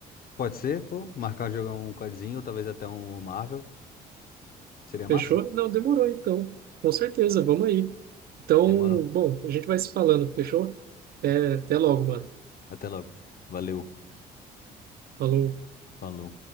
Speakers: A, on the left; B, on the right.
A: Pode ser, pô, marcar jogar um codzinho ou talvez até um Marvel. Seria
B: Fechou?
A: massa?
B: Não, demorou então. Com certeza, vamos aí. Então,
A: Demorou.
B: bom, a gente vai se falando, fechou? Até, até logo, mano.
A: Até logo. Valeu.
B: Falou.
A: Falou.